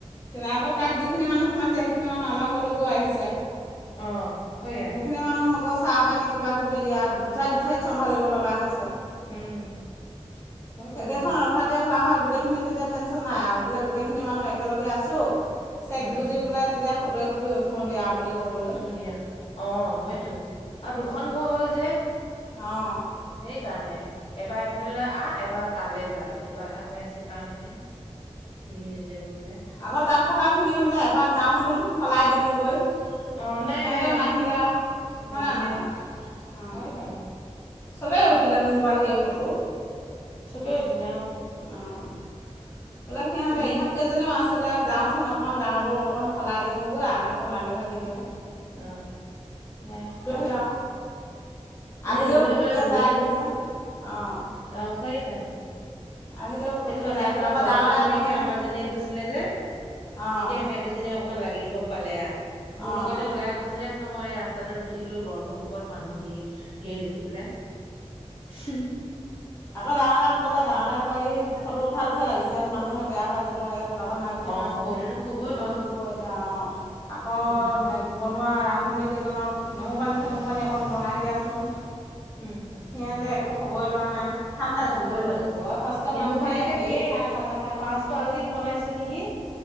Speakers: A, on the left; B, on the left.
A: আকৌ তাত যিনি মানুহ সোমাইছে সেইখিনি মানুহ আমাৰ ঘৰলৈকও আহিছে।
B: অ', হয়য়া।
A: খিনি মানুহ আকৌ চাহ পানী কিবা কিবি দিয়া দুঠাইত দুঠাইত চম্ভালিব লগা হৈছে।
B: উম হয় কাৰণে
A: একেখন অভাত। তে হোৱা হয় গোটেইখিনি তেতিয়া টেনচন নাই আৰু বোলে গোটেইখিনি মানুহ একেলগে আছো। চেক
B: উম
A: বুজি বোলে তেতিয়া ফটো একপি উঠো দিয়া বুলি ক'বলৈ
B: উঠো দিয়া অ', হয়তো আৰু দুখন ঘৰ হ'ল যে।
A: অ'।
B: সেই কাৰণে এবাৰ এফালে আহ এবাৰ তালে যা তেনেকুৱা এটা হৈ আছে। কাৰণেহে, নিমিলিলে গৈ পেলাই।
A: আকৌ তাত থকাখিনি বোলে এপাক যাওঁচোন সলাই দিওঁগৈ।
B: অ নাই
A: সিহঁতেও
B: নাই নাই
A: নাহিলে হয়
B: নাহিলে
A: নে নহয় অ'।
B: হয় কাৰণে
A: চবেই উঠিলে মোৰ বাহিৰে ফটো।
B: চবে উঠিলে অ'।
A: অঁ, বোলে সিহঁতে,
B: তুমি
A: ইহঁত কেইজনীও আছিলে, যাওঁচোন অকণ ডাঙৰবোৰক অকণ সলাই দিওঁগৈ, আমি অকণ লাগি ভাগি দিওঁ।
B: অ', নাই।
A: আৰু
B: এনে
A: আহিলেও
B: বহিবলৈ
A: পুতুককৈ
B: পেলাই বহিয়ে
A: যায়গৈ
B: থাকে
A: যে, অঁ।
B: অ', সেইকাৰণে।
A: আহিলেও পুটুককৈ
B: এই সন্ধিয়া
A: যায়গৈ
B: সময়ত
A: আকৌ
B: বৰজনক
A: ডাঙৰ দাই
B: ঘনীয়েকে
A: আকৌ মোক
B: আমাজনীয়ে গৈছিলে যে।
A: অঁ
B: তেতিয়া সিহঁত দুজনী অকমান লাগি দিব পালে আ, মোৰ
A: অঁ
B: লগতে ওলাই গৈছে আছিলে, তাৰ পিছত মই ৰাস্তাতে ৰখি থাকিলো, গৰমৰ কোবত মানুহ ধৰ, ঢেৰ দেখি পেলাই। হম।
A: আকৌ ডাঙৰ দাক ক'লে, ডাঙৰ দায়ে আকৌ এই ফটো উঠাটোহে লাগিছে, ইয়াত মানুহে বেয়া পাই যাব ইয়াত। লগত মাগি থকাচোন,
B: অ সইটোতো কবই
A: এইটো
B: বাৰু
A: সিটো কৰি দিয়ে অ', আকৌ
B: উম
A: বনোৱা, ৰান্ধনীকেইজনক নেমু পানী চেমু পানী অকণ বনাই দিয়াচোন।
B: উম।
A: সিহঁতে একো খবৰে লোৱা নাই। ঠাণ্ডা,
B: খবৰে লয়
A: বয়সস্থ
B: নেমু
A: মানুহে
B: পানী যে
A: হেৰি
B: কেই
A: খাই ভাল নাপায় নহয়।
B: পাঁচ বাল্টিং বনাইছো নেকি